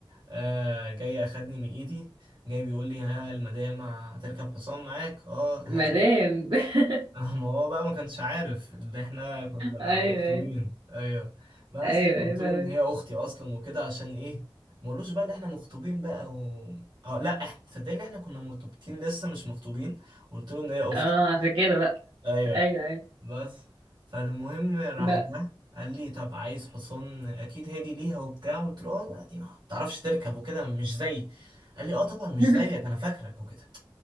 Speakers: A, on the right; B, on the right.
A: آه جاي اخدني من ايدي جاي بيقول لي ها المدام هتركب حصان معاك اه هات
B: <laughs> مدام <laughs>
A: <laughs> ما هو بقى ما كانش عارف اللي احنا كنا
B: ايوه
A: مخطوبين
B: ايوه
A: ايوه بس
B: ايوه
A: قلت
B: ايوه
A: له
B: فاهمك.
A: ان هي اختي اصلا وكده عشان ايه ما قلوش بقى اللي احنا مخطوبين بقى و... اه لا احنا تصدقني اللي احنا كنا مرتبطين لسه مش مخطوبين قلت له ان هي اختي
B: اه عشان كده بقى
A: ايوه
B: ايوه ايوه
A: بس فالمهم راح
B: بقى
A: جه قال لي طب عايز حصان اكيد هادي ليها وبتاع قلت له اه لا دي ما بتعرفش تركب وكده مش زي قال لي اه طبعا مش
B: <laughs>
A: زيك انا فاكرك وكده